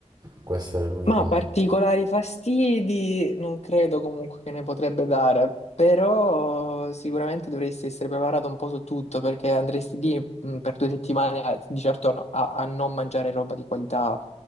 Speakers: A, on the right; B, on the left.
A: Questa era l'unica.
B: Ma particolari fastidi non credo comunque che ne potrebbe dare, però sicuramente dovresti essere preparato un po' su tutto perché andresti lì mh, per due settimane a- di certo a, no- a- a non mangiare roba di qualità.